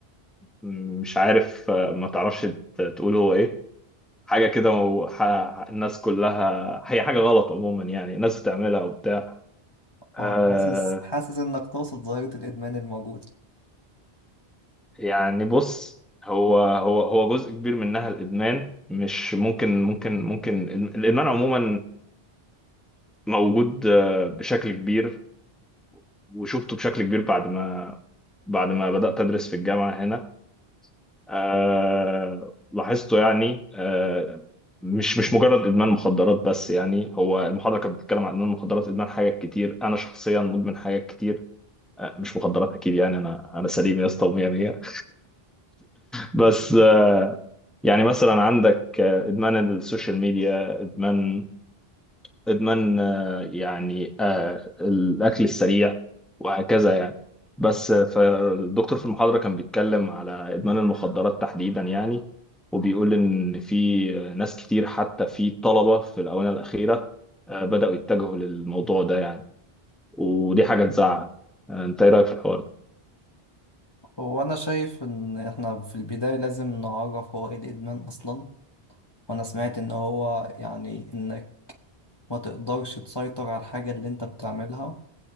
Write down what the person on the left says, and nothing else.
اه حاسس حاسس انك تقصد ظاهرة الادمان الموجودة
هو انا شايف ان احنا في البداية لازم نعرف هو ايه الادمان اصلا وانا سمعت ان هو يعني انك ما تقدرش تسيطر على الحاجة اللي انت بتعملها